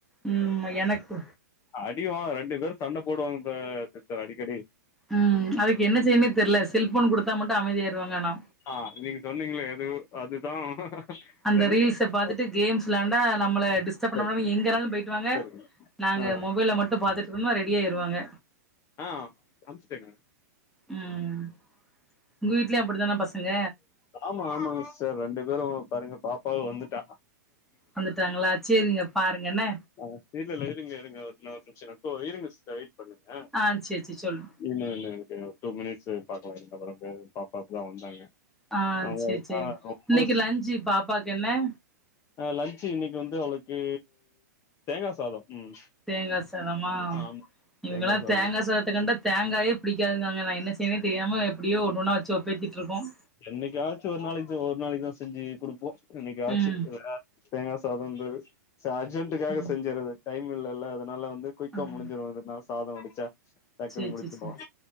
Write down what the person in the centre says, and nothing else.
ம்மா எனக்கு
ம் அதுக்கு என்ன செய்யன்னே தெர்ல செல்போன் குடுத்தா மட்டும் அமைதி ஆயிருவாங்க ஆனா
அந்த
ரீல்ச பார்த்துட்டு
கேம்ஸ் வெளயாண்டா நம்மள டிஸ்டர்ப்
பண்ணாம எங்க வேணாலும் போயிட்டு வாங்க
நாங்க
மொபைல மட்டும் பார்த்துட்டு இருந்தா ரெடி ஆயிருவாங்க
ம் உங்க வீட்லயும் அப்டிதானா பசங்க
வந்துட்டாங்களா சேரிங்க பாருங்க என்ன
ஆ சேரி சேரி சொல்லு
ஆ
சேரி சேரி
இன்னைக்கு லஞ்சு பாப்பாக்கு என்ன
தேங்கா சாதமா
இவங்கெல்லா
தேங்கா சாதத்துக்கண்ட தேங்காயே பிடிக்காதுன்றாங்க நான் என்ன செய்யறதுனே தெரியாம எப்டியோ ஒன்னொன்னா வச்சு ஒப்பேத்துட்டு இருக்கோம்
ம்
ம்
ம்
சேரி
சேரி சேரி